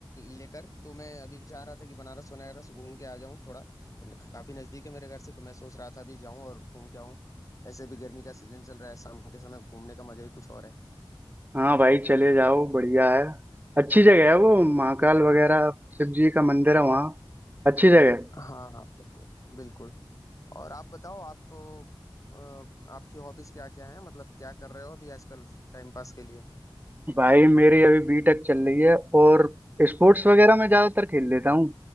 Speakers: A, on the left; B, on the right.
A: लेकर तो मैं अभी चाह रहा था कि बनारस वनारस घूम के आ जाऊँ थोड़ा काफी नजदीक है मेरे घर से तो मैं सोच रहा था अभी जाऊँ और घूम के आऊँ ऐसे भी गर्मी का सीजन चल रहा है शाम के समय घूमने का मजा ही कुछ और है
B: हाँ भाई चले जाओ बढ़िया है अच्छी जगह है वो महाकाल वगैरह शिव जी का मंदिर है वहाँ अच्छी जगह है।
A: हाँ हाँ बिल्कुल बिल्कुल और आप बताओ आप तो अ, आपकी हॉबीज क्या क्या हैं मतलब क्या कर रहे हो अभी आजकल टाइम पास के लिए
B: भाई मेरी अभी बीटेक चल रही है और स्पोर्ट्स वगैरह मैं ज्यादातर खेल लेता हूँ